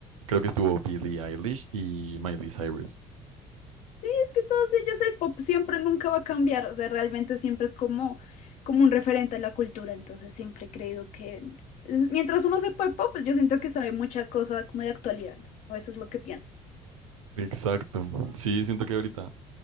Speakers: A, on the right; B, on the left.
A: creo que estuvo Billie Eilish y Miley Cyrus.
B: Sí, es que todos ellos el pop siempre nunca va a cambiar, o sea, realmente siempre es como, como un referente a la cultura, entonces siempre he creído que es- mientras uno sepa el pop, pues yo siento que sabe mucha cosa como de actualidad, ¿no? O eso es lo que pienso.
A: Exacto. Sí, siento que ahorita